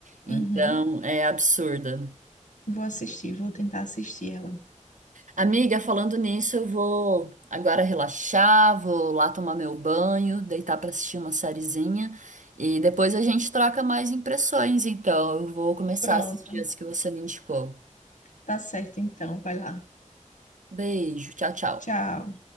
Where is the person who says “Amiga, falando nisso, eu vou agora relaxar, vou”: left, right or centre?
Right